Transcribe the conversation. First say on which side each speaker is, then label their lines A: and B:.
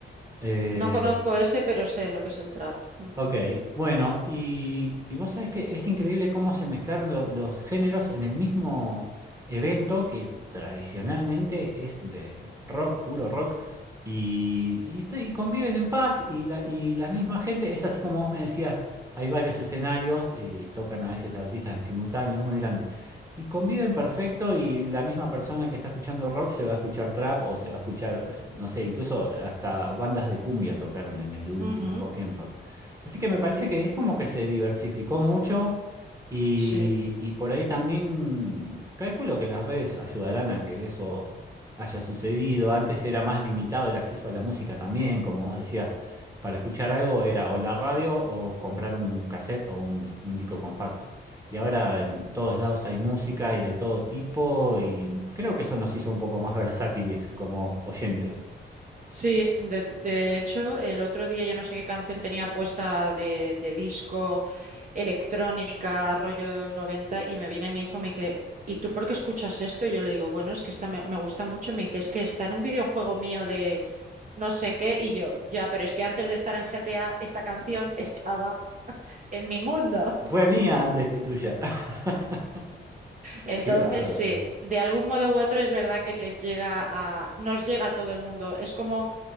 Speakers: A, on the right; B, on the right.
A: Eh,
B: No conozco ese, pero sé lo que es el trap. Mm.
A: Ok, bueno, y, y vos sabés que es increíble cómo se mezclaron lo- los géneros en el mismo evento que tradicionalmente es de rock, puro rock, y, y esto- y conviven en paz y la, y la misma gente, es así como vos me decías, hay varios escenarios, eh, tocan a veces artistas en simultáneo, es muy grande, y conviven perfecto y la misma persona que está escuchando rock se va a escuchar trap o se va a escuchar, eh, no sé, incluso hasta bandas de cumbia tocaron en el último
B: Ujú.
A: Cosquín Rock. Así que me parece que es como que se diversificó mucho y,
B: Sí.
A: y por ahí también calculo que las redes ayudarán a que eso haya sucedido. Antes era más limitado el acceso a la música también, como vos decías, para escuchar algo era o la radio o comprar un cassette o un, un disco compacto. Y ahora en todos lados hay música y de todo tipo y creo que eso nos hizo un poco más versátiles como oyentes.
B: Sí, de, de hecho, el otro día yo no sé qué canción tenía puesta de, de disco, electrónica, rollo 90 y me viene mi hijo y me dice, ¿y tú por qué escuchas esto? Y yo le digo, bueno, es que esta me, me gusta mucho. Me dice, es que está en un videojuego mío de no sé qué, y yo, ya, pero es que antes de estar en GTA, esta canción <laughs> estaba en mi mundo.
A: Fue mía antes que tuya. <laughs>
B: Entonces,
A: Qué bárbaro.
B: sí, de algún modo u otro es verdad que les llega a, nos llega a todo el mundo. Es como